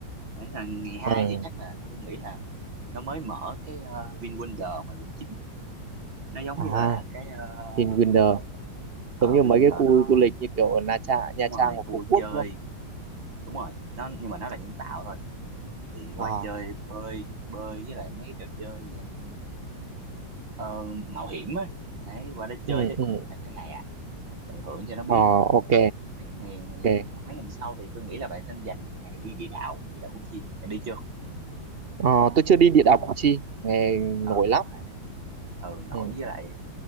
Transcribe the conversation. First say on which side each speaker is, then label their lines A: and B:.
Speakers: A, on the right; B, on the right.
A: đấy là ngày hai
B: <laughs> ừ.
A: thì chắc là tôi nghĩ là nó mới mở cái uh, VinWonder ngoài quận chín nó giống
B: à
A: như là cái uh,
B: Vinwonder
A: uh,
B: giống như
A: VinWonder
B: mấy cái khu
A: nó
B: du lịch như kiểu ở Nha Trang Nha
A: đúng rồi
B: Trang và
A: khu
B: Phú Quốc
A: chơi
B: đúng không
A: đúng rồi nó nhưng mà nó là nhân tạo thôi thì
B: à
A: qua chơi bơi bơi với lại mấy trò chơi dạng ờ, mạo hiểm á đấy qua đó chơi
B: ừ
A: chắc
B: ừ
A: cũng phải cả ngày à tận hưởng cho nó biết
B: ờ ok
A: đấy ngày, ngày
B: ok
A: mấy ngày sau thì tôi nghĩ là bạn nên dành một ngày đi địa đạo địa đạo Củ Chi bạn đi chưa
B: ờ, tôi chưa đi địa đạo Củ Chi nghe
A: ừ
B: nổi lắm
A: đấy. ừ nổi
B: ừ.
A: với lại